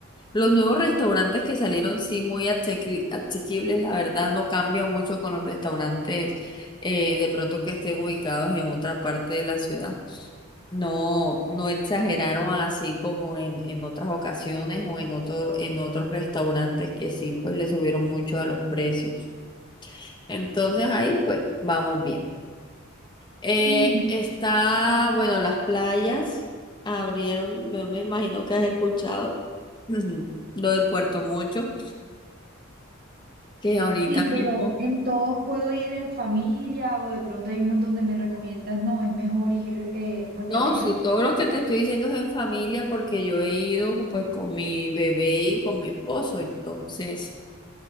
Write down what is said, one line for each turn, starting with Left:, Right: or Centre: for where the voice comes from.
Left: Los nuevos restaurantes que salieron, sí, muy asequi- asequibles, la verdad no cambia mucho con los restaurantes eh, de pronto que estén ubicados en otra parte de la ciudad. No, no exageraron así como en, en otras ocasiones o en otro, en otros restaurantes que sí, pues le subieron mucho a los precios. Entonces ahí pues vamos bien. Eh,
Right: Sí,
Left: está, bueno, las playas abrieron, me, me imagino que has escuchado ujú, lo de Puerto Mocho, que ahorita
Right: sí, pero
Left: mismo.
Right: en todos puedo ir en familia o de pronto hay unos donde me recomiendas, no, es mejor ir, eh, pues
Left: No,
Right: que vayan.
Left: sí, todo lo que te estoy diciendo es en familia porque yo he ido pues con mi bebé y con mi esposo, entonces